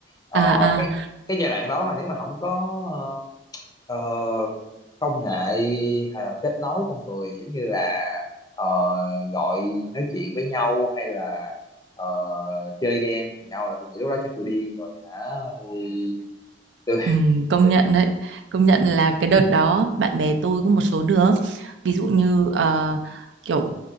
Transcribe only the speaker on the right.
À,
à,
ừ, công nhận đấy công nhận là cái đợt đó bạn bè tôi có một số đứa ví dụ như ờ, kiểu